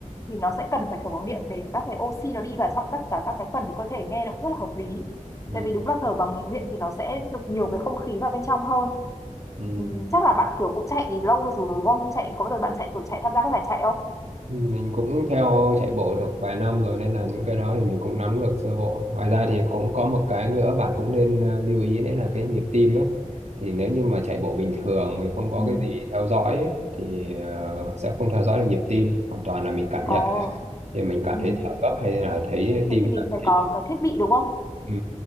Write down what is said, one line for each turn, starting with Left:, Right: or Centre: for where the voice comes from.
Left: thì nó sẽ cần phải thở bằng miệng để các cái oxy nó đi vào trong tất cả các cái phần của cơ thể nghe nó cũng rất là hợp lý tại
Right: Ừ,
Left: vì đúng là thở bằng miệng thì nó sẽ được nhiều cái không khí vào bên trong hơn
Right: ừ.
Left: Ừ, chắc là bạn kiểu cũng chạy lâu rồi đúng không? Chạy có bao giờ bạn chạy kiểu chạy tham gia các giải chạy không?
Right: Ừ, Mình cũng theo chạy bộ được vài năm rồi nên là những cái đó thì mình cũng nắm được sơ bộ. Ngoài ra thì cũng có một cái nữa bạn cũng nên ờ, lưu ý đấy là cái nhịp tim ấy. Thì nếu như mà chạy bộ bình thường mình không có
Left: Ừ.
Right: cái gì theo dõi ấy, thì ờ, sẽ không theo dõi được nhịp tim. Hoàn toàn là mình cảm
Left: Ồ,
Right: nhận thì mình cảm
Left: ừ.
Right: thấy thở gấp hay là thấy
Left: Thế
Right: tim
Left: thì mình
Right: đập
Left: phải
Right: thình
Left: có cái thiết bị đúng không?
Right: Ừ.